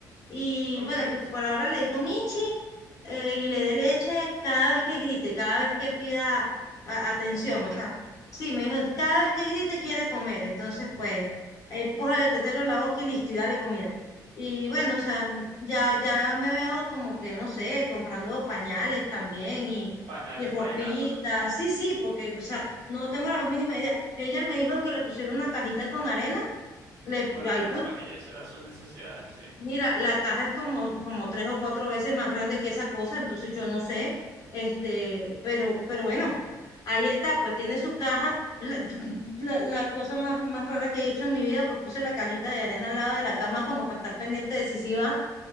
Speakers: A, on the left; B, on the right.
A: Y
B: Ok,
A: bueno, que
B: sí.
A: por ahora le digo Michi eh, y le dé leche cada vez que grite, cada vez que pida a- atención.
B: Comida.
A: O sea, Sí, me dijo, cada vez que grite quiere comer, entonces pues, eh, pójale el tetero en la boca y listo, y dale comida. Y bueno,
B: <laughs>
A: o sea, ya, ya me veo como que, no sé, comprando pañales también y,
B: Pañales
A: y ropita,
B: para el gato.
A: sí, sí, porque, o sea, no tengo la más mínima idea. Ella me dijo que le pusieron una cajita con arena, le,
B: Con
A: ahí
B: arena
A: pu-
B: para que ellos hicieran sus necesidades, sí.
A: Mira, la caja es como, como tres o cuatro veces más grande que esa cosa, entonces yo no sé, este, pero, pero bueno, ahí está, pues tiene su caja. La, <clears throat> la- la cosa más, más rara que he hecho en mi vida, pues puse la cajita de arena al lado de la cama como para estar pendiente de si sí va,